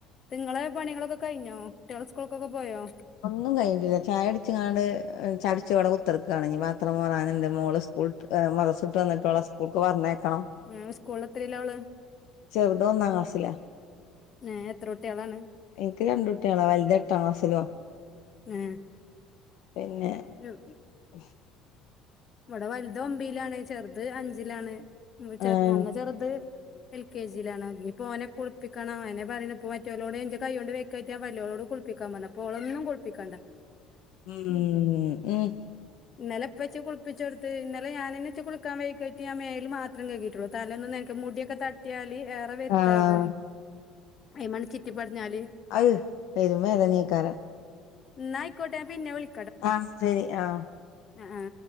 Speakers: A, on the left (about 45°); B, on the left (about 75°).
A: നിങ്ങള് പണികളൊക്കെ കഴിഞ്ഞോ കുട്ടികൾ സ്കൂൾക്കൊക്കെ പോയോ
B: ഒന്നും കഴിഞ്ഞിട്ടില്ല ചായ കുടിച്ചു അങ്ങട് ചടിച്ച് ഇവിടെ കുത്തിടുക്കാണ് ഇനി പാത്രം മോള് <unintelligible> സ്കൂ <unintelligible> സ്കൂൾക്ക് പർഞ്ഞേ ത്തണം
A: ഏഹ് സ്കൂളിൽ എത്രേലാ ഓള്
B: ചെറുത് ഒന്നാം ക്ലാസിലാ
A: ഏഹ് എത്ര കുട്ട്യാളാണ്
B: എനിക്ക് രണ്ടകുട്ടികള വലുത് എട്ടാം ക്ലാസ്സിലുവ.
A: ഏഹ്
B: പിന്നെ
A: യ്യോ.
B: <inaudible>
A: ഇവിടെ വലുത് ഒമ്പയിലാണ്, ചെറുത് അഞ്ചിലാണ്,
B: ആഹ്
A: നല്ല ചെറുത് എൽ കെ ജിയിലാണ്. ഇനിപ്പോ ഓനെ കുളിപ്പിക്കണം അയന്നെ പറയണെ ഇപ്പ മറ്റോലോഡ് എൻ്റെ കൈ കൊണ്ട് വെക്കാ വല്ല്യോളോട് കുളിപ്പിക്കാൻ പറഞ്ഞപ്പോ ഓള് ഒന്നും കുളിപ്പിക്കാണ്ട.
B: ഉം ഉം.
A: ഇന്നലെപ്പച്ചി കുളിപ്പിച്ച് കൊടുത്ത് ഇന്നലെ ഞാനെന്നെച്ച കുളിക്കാൻ വൈകികേറ്റി ആ മേൽ മാത് ത്രം കെയ്കീറ്റുള്ളു തലോന്നും നേരിക്ക് മുടിയൊക്കെ തട്ടിയാല് ഏറെ വരുത്താകന്
B: ആഹ്
A: അയ്മ്മൺ ചിറ്റിപിടഞ്ഞാല്
B: അക് പെരമയതുമേ നീക്കാരം
A: ന്നായി കോട്ടെ പിന്നെ വിളി
B: ആ ശരി ആ
A: ആ ആ